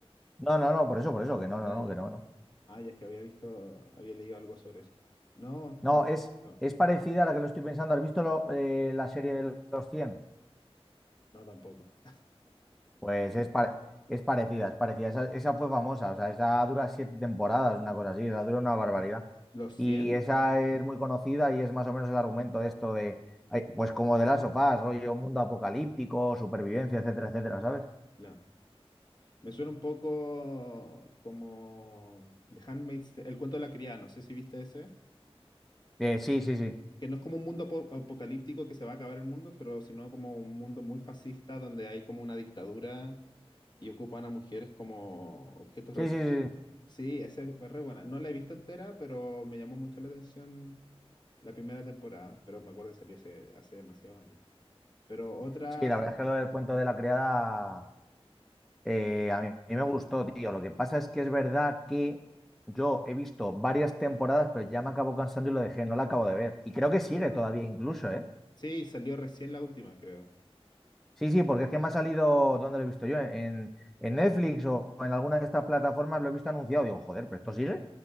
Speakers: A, in the centre; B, on the left.
A: No, no, no, por eso, por eso, que no, no,
B: Ah,
A: no,
B: ya.
A: que no, no.
B: Ah, ya es que había visto, había leído algo sobre eso. No,
A: No,
B: no,
A: es,
B: no,
A: es parecida a la que lo estoy pensando. ¿Has visto lo- eh, la serie de los cien
B: no tampoco.
A: Pues es, pa- es parecida, es parecida. Esa, esa fue famosa, o sea, esa dura siete temporadas, una cosa así, esa dura una barbaridad.
B: <laughs> ¿Los 100,
A: Y esa es muy conocida y es más o menos el argumento de esto de, ay, pues como de las sofás, rollo mundo apocalíptico, supervivencia, etcétera, etcétera, ¿sabes?
B: No. Me suena un poco como The Handmaid's Ta- El cuento de la criada, no sé si viste ese.
A: Eh, sí, sí, sí.
B: Que no es como un mundo apo- apocalíptico que se va a acabar el mundo, pero sino como un mundo muy fascista donde hay como una dictadura y ocupan a mujeres como objetos.
A: Sí,
B: re-
A: sí, sí. Sí,
B: Sí, esa es re buena. No la he visto entera, pero me llamó mucho la atención la primera temporada, pero me acuerdo que salió hace, hace demasiados años. Pero otras...
A: Sí, la verdad es que lo del cuento de la criada Eh,
B: eh,
A: a mí, a mí me gustó, tío. Lo que pasa es que es verdad que yo he visto varias temporadas, pero ya me acabo cansando y lo dejé, no la acabo de ver. Y creo que sigue
B: ah,
A: todavía incluso, ¿eh?
B: Sí, salió recién la última, creo.
A: Sí, sí, porque es que me ha salido, ¿dónde lo he visto yo? En, en Netflix o en alguna de estas plataformas lo he visto anunciado. Digo, joder, ¿pero esto sigue?